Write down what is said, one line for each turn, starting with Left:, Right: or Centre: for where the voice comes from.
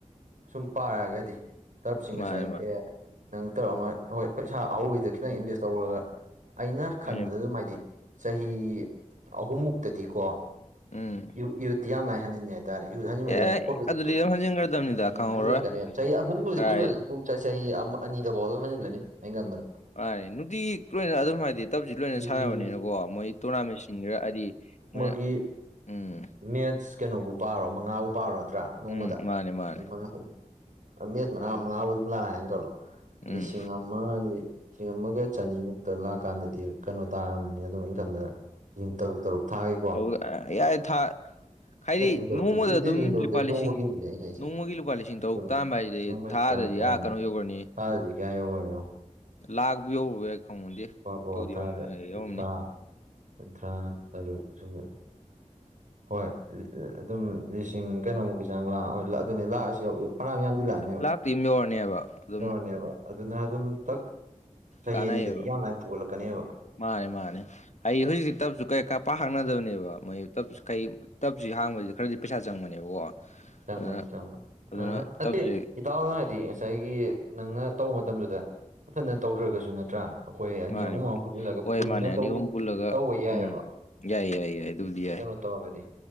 Right: ꯁꯨꯝ ꯄꯥꯔꯛꯑꯒꯗꯤ ꯇꯔꯞꯁꯤ ꯉꯁꯥꯏꯒꯤ
Left: ꯃꯥꯅꯦ ꯃꯥꯅꯦ
Right: ꯑꯦ ꯅꯪ ꯇꯔꯞ ꯑꯃ꯫ ꯍꯣꯏ ꯄꯩꯁꯥ ꯑꯍꯧꯕꯩꯗ ꯈꯤꯇꯪ ꯏꯟꯚꯦꯁ ꯇꯧꯈꯔꯒ ꯑꯩꯅ ꯈꯟꯕꯗ
Left: ꯃꯣꯏꯅ
Right: ꯑꯗꯨꯝ ꯍꯥꯏꯗꯤ꯫ ꯆꯍꯤ ꯑꯍꯨꯝꯃꯨꯛꯇꯗꯤ ꯀꯣ꯫
Left: ꯎꯝ꯫
Right: ꯏꯍꯨꯠ ꯏꯍꯨꯠꯇꯤ ꯌꯥꯝꯅ ꯂꯥꯏ ꯍꯟꯖꯤꯟ ꯌꯥꯏꯗ꯫ ꯍꯥꯏꯇꯥꯔꯦ ꯏꯍꯨꯠꯖꯤꯟꯕ
Left: ꯑꯦ
Right: ꯄ꯭ꯔꯣꯐꯤꯠꯁꯨ
Left: ꯑꯗꯨꯗꯤ ꯑꯗꯨꯝ ꯍꯟꯖꯤꯟꯈ꯭ꯔꯗꯕꯅꯤꯗ
Right: ꯎꯝ
Left: ꯈꯪꯍꯧꯔꯣꯏ
Right: ꯍꯟꯖꯤꯜꯂꯛꯀꯅꯦꯕꯥ ꯆꯍꯤ ꯑꯍꯨꯝꯗꯨꯗꯤ
Left: ꯀꯥꯏ
Right: ꯀꯨꯏꯃꯜꯂꯦ꯫ ꯄꯨꯡ ꯆꯍꯤ ꯑꯃ ꯑꯅꯤꯗꯐꯥꯎꯗ ꯑꯗꯨꯝ ꯍꯟꯖꯤꯜꯂꯅꯤ ꯑꯩ ꯈꯟꯕꯗ꯫
Left: ꯃꯥꯅꯦ ꯅꯨꯡꯇꯤꯒꯤ ꯂꯣꯏꯅ ꯑꯗꯨꯝ ꯍꯥꯏꯗꯤ ꯇꯞꯕꯁꯤ ꯂꯣꯏꯅ
Right: ꯅꯨꯡꯇꯤ
Left: ꯁꯥꯟꯅꯕꯅꯤꯅꯀꯣ ꯃꯣꯏ ꯇꯣꯔꯅꯥꯃꯦꯟꯁꯤꯡ ꯈꯔ ꯍꯥꯏꯗꯤ ꯃꯣꯏꯅ꯫
Right: ꯒꯤ
Left: ꯎꯝ
Right: ꯃꯦꯠꯁ ꯀꯩꯅꯣꯕꯨ ꯄꯥꯔꯣ ꯃꯉꯥꯕꯨ ꯄꯥꯔꯣ ꯅꯠꯇ꯭ꯔꯥ꯫ ꯅꯣꯡꯃꯗ
Left: ꯎꯝ ꯃꯥꯅꯦ ꯃꯥꯅꯦ
Right: ꯃꯤ ꯃꯉꯥ ꯃꯠ ꯃꯉꯥ ꯃꯉꯥꯕꯨ ꯑꯗꯨꯝ ꯂꯥꯛꯑꯦ ꯍꯥꯏꯅ ꯈꯜꯂꯣ
Left: ꯎꯝ
Right: ꯂꯤꯁꯤꯡ ꯑꯃ ꯂꯤꯁꯤꯡ ꯑꯃꯒ ꯆꯅꯤꯃꯨꯛꯇ ꯂꯥꯛꯀꯥꯟꯗꯗꯤ ꯀꯩꯅꯣ ꯇꯥꯔꯝꯕꯅꯤ ꯑꯗꯨꯝ ꯏꯟꯊꯝꯗ ꯄꯨꯡ ꯇꯔꯨꯛ ꯇꯔꯨꯛ ꯊꯥꯒꯦꯀꯣ
Left: ꯇꯧ ꯌꯥꯏ ꯊꯥ ꯍꯥꯏꯗꯤ
Right: ꯍꯤꯡꯗꯧꯗꯗꯤ
Left: ꯅꯣꯡꯃꯗ ꯑꯗꯨꯝ
Right: ꯗꯦꯠ ꯍꯤꯡꯗꯧꯗ
Left: ꯂꯨꯄꯥ
Right: ꯅꯣꯡꯃꯒꯤꯅꯤꯅꯦ
Left: ꯂꯤꯁꯤꯡ
Right: ꯑꯩ ꯍꯥꯏꯁꯦ
Left: ꯅꯣꯡꯃꯒꯤ ꯂꯨꯄꯥ ꯂꯤꯁꯤꯡ ꯇꯔꯨꯛ
Right: ꯁꯨꯝ
Left: ꯇꯥꯥꯟꯕ ꯍꯥꯏꯁꯦ
Right: ꯅꯣꯡꯃꯩ
Left: ꯑꯗꯨ ꯊꯥꯗꯗꯤ
Right: ꯇꯥ ꯇꯥ-
Left: ꯌꯥ ꯀꯩꯅꯣ ꯌꯧꯒꯅꯤ
Right: ꯊꯥꯗꯗꯤ ꯀꯌꯥ ꯌꯧꯈꯔꯦ
Left: ꯂꯥꯛꯄ ꯌꯧꯔꯨꯕ ꯌꯥ ꯈꯪꯉꯗꯤ
Right: ꯀꯣꯀꯣ
Left: ꯌꯧꯗꯦ ꯌꯔꯝꯅꯤꯅ
Right: ꯊꯥꯗ
Left: ꯑꯩ
Right: ꯀꯨꯟꯊ꯭ꯔꯥ
Left: ꯌꯧꯔꯝꯅꯤ
Right: ꯀꯨꯟꯊ꯭ꯔꯥ ꯇꯔꯨꯛ ꯁꯨꯕ ꯍꯣꯏ ꯑꯗꯨꯝ ꯂꯤꯁꯤꯡ ꯀꯩꯅꯣꯃꯨꯛꯀꯤ ꯆꯥꯡ ꯂꯥꯛ ꯍꯣꯏ ꯑꯗꯨꯅꯤ ꯂꯥꯛꯑꯁꯤ ꯐꯔꯌꯥꯝ ꯌꯥꯝ ꯏꯂꯅꯦꯕ
Left: ꯂꯥꯛꯇꯤ ꯑꯗꯨꯝ ꯌꯧꯔꯅꯦꯕ ꯑꯗꯨꯝ
Right: ꯏꯅꯦꯕ ꯑꯗꯨꯅ ꯑꯗꯨꯝ ꯊꯛ ꯆꯍꯤ
Left: ꯀꯥꯟꯅꯩꯌꯦꯕ
Right: ꯑꯅꯤꯗꯗꯤ ꯌꯥꯝ ꯂꯥꯏꯅ ꯄꯨꯒꯠꯂꯛꯀꯅꯦꯕ꯫
Left: ꯃꯥꯅꯦ ꯃꯥꯅꯦ ꯑꯩ ꯍꯧꯖꯤꯛꯇꯤ ꯇꯞꯁꯨ ꯀꯩ ꯀꯥ ꯄꯥꯛ ꯍꯪꯅꯗꯕꯅꯦꯕ ꯃꯣꯏ ꯇꯞꯁꯨ ꯀꯩ꯫ ꯇꯞꯕꯁꯤ ꯍꯥꯡꯕꯁꯤꯕꯁꯤ ꯈꯔꯗꯤ ꯄꯩꯁꯥ ꯆꯪꯕꯅꯦꯕꯀꯣ꯫
Right: ꯆꯪꯕꯅꯤ
Left: ꯑꯗꯨꯅ
Right: ꯆꯪꯕ
Left: ꯑꯗꯨꯅ
Right: ꯑ ꯅꯠꯇꯦ
Left: ꯇꯞꯁꯤ
Right: ꯏꯗꯥꯎꯅ ꯍꯥꯏꯗꯤ ꯉꯁꯥꯏꯒꯤ꯫ ꯅꯪꯅ ꯇꯧꯕ ꯃꯇꯝꯗꯨꯗ ꯃꯊꯟꯗꯅ ꯇꯧꯗ꯭ꯔꯒꯁꯨ ꯅꯠꯇ꯭ꯔꯥ꯫ ꯑꯩꯈꯣꯏ ꯑꯅꯤ
Left: ꯃꯥꯅꯦ
Right: ꯑꯍꯨꯝ
Left: ꯃꯥꯅꯦ
Right: ꯑꯃ ꯄꯨꯟꯁꯤꯜꯂꯒ
Left: ꯍꯣꯏ
Right: ꯄꯨꯟꯅꯧ
Left: ꯃꯥꯅꯦ
Right: ꯇꯧꯃꯤꯟ
Left: ꯑꯅꯤ ꯑꯍꯨꯝ ꯄꯨꯜꯂꯒ
Right: ꯇꯧꯕ ꯌꯥꯏ
Left: ꯎꯝ
Right: ꯍꯥꯏꯕ
Left: ꯌꯥꯏ ꯌꯥꯏ ꯌꯥꯏ ꯑꯗꯨꯕꯨꯗꯤ ꯌꯥꯏ
Right: ꯀꯩꯅꯣ꯫ ꯇꯧꯔꯒꯗꯤ